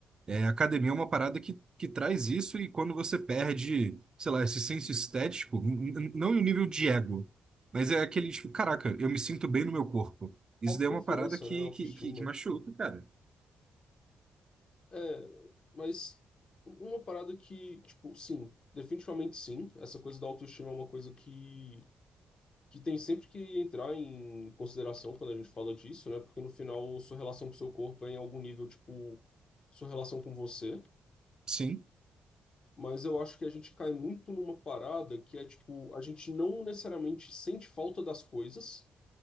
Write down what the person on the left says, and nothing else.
Autoconfiança,
né? Autoestima.
É, mas uma parada que, tipo, sim, definitivamente sim. Essa coisa da autoestima é uma coisa que, que tem sempre que entrar em consideração quando a gente fala disso, né? Porque no final, sua relação com o seu corpo é em algum nível, tipo, sua relação com você.
Mas eu acho que a gente cai muito numa parada que é tipo, a gente não necessariamente sente falta das coisas,